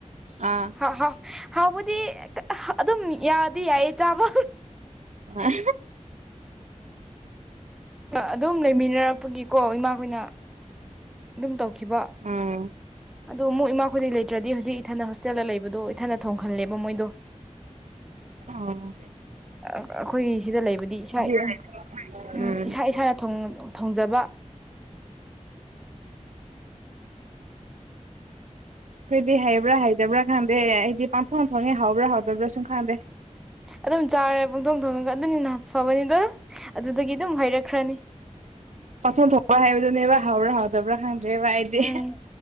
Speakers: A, on the right (about 65°); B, in the centre.
A: ꯑꯥ
B: ꯍ ꯍ ꯍꯥꯎꯕꯗꯤ ꯑꯗꯨꯝ ꯌꯥꯗꯤ ꯌꯥꯏꯌꯦ ꯆꯥꯕ
A: ꯑ
B: ꯑꯗꯨꯝ ꯂꯩꯃꯤꯟꯅꯔꯛꯄꯒꯤꯀꯣ ꯏꯃꯥꯈꯣꯏꯅ ꯑꯗꯨꯝ ꯇꯧꯈꯤꯕ
A: ꯑꯥ
B: ꯑꯗꯣ ꯃꯨꯛ ꯏꯃꯥ ꯈꯨꯗꯤꯩ ꯂꯩꯇ꯭ꯔꯗꯤ ꯍꯧꯖꯤꯛ ꯏꯊꯟꯗ ꯍꯣꯁꯇꯦꯜꯗ ꯂꯩꯕꯗꯣ ꯏꯊꯟꯅ ꯊꯣꯡꯍꯜꯂꯦꯕ ꯃꯣꯏꯗꯣ
A: ꯑꯥ
B: ꯑꯩꯈꯣꯏꯒꯤ ꯁꯤꯗ ꯂꯩꯕꯗꯤ ꯏꯁꯥ
A: ꯎꯝ
B: ꯎ
A: ꯑꯩꯈꯣꯏꯗꯤ
B: ꯏꯁꯥ ꯏꯁꯥꯅ ꯊꯣꯡꯖꯕ
A: ꯀꯩꯗꯤ ꯍꯩꯕ꯭ꯔꯥ ꯍꯩꯇꯕ꯭ꯔꯥ ꯈꯪꯗꯦ ꯑꯩꯗꯤ ꯄꯥꯡꯊꯣꯛ ꯊꯣꯛꯣꯡꯉꯦ ꯍꯥꯎꯕ꯭ꯔꯥ ꯍꯧꯥꯎꯗꯕ꯭ꯔꯥ ꯁꯨꯝ ꯈꯪꯗꯦ
B: ꯑꯗꯨꯝ ꯆꯥꯔꯦ ꯄꯣꯡꯊꯣꯡ ꯊꯣꯡꯗꯒ ꯑꯗꯨꯅꯤꯅ ꯐꯕꯅꯤꯗ ꯑꯗꯨꯗꯒꯤ ꯑꯗꯨꯝ ꯍꯩꯔꯛꯈ꯭ꯔꯅꯤ
A: ꯄꯊꯟ ꯊꯣꯛꯄ ꯍꯥꯏꯕꯗꯨꯅꯦꯕ ꯍꯥꯎꯕ꯭ꯔꯥ ꯍꯥꯎꯗꯕ꯭ꯔꯥ ꯈꯪꯗ꯭ꯔꯦꯕ ꯑꯩꯗꯤ
B: ꯎꯝ